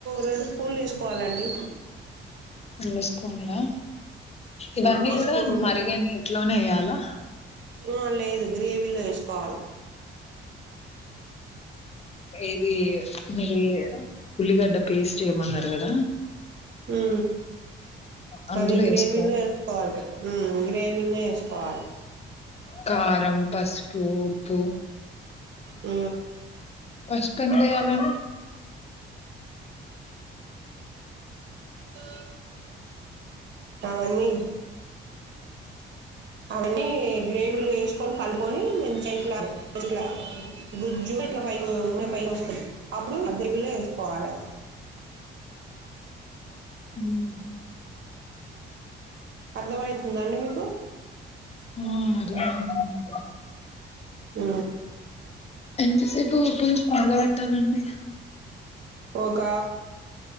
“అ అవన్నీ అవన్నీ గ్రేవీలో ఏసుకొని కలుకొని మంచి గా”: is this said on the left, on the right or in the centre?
Right